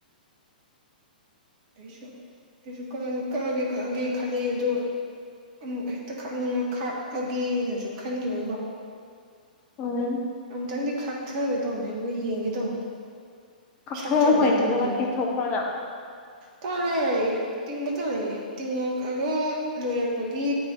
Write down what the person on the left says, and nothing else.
ꯎꯝ
ꯀꯛꯊꯣꯛꯈꯣꯏ
ꯑꯗꯨꯒ ꯇꯤꯡꯊꯣꯛꯈ꯭ꯔꯣꯅ